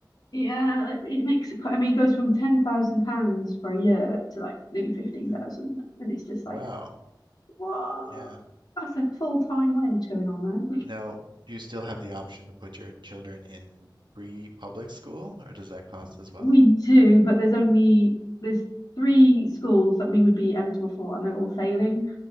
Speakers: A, on the left (about 60°); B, on the right (about 75°).
A: Yeah, like, it makes it quite, I mean, it goes from £10,000 for a year to like nearly 15,000.
B: Yeah.
A: And it's just
B: Wow.
A: like, whoa,
B: Yeah.
A: that's a full-time wage going on there.
B: Now, do you still have the option to put your children in free public school, or does that cost as well?
A: We do, but there's only, there's three schools that we would be eligible for, and they're all failing.